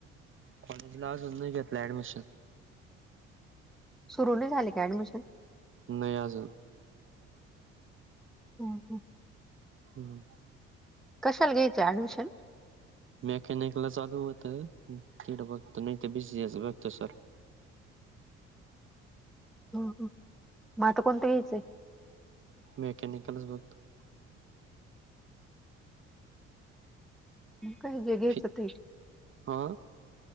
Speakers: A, on the right; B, in the centre.
A: कॉलेजलाजन नाही घेतला अडमिशन
B: सुरु नाही झाले का ऍडमिशन
A: नाही अजून
B: हम् हम
A: हम्म
B: कशाला घ्यायचं ऍडमिशन
A: मेकॅनिकला चालू होत तडं बघत नाही ते बिझी बघत सर
B: हम् मग आता कोणतं यायचंय
A: मेकनिकलस वक्त
B: मग काय जगायचं
A: फी
B: ते
A: हा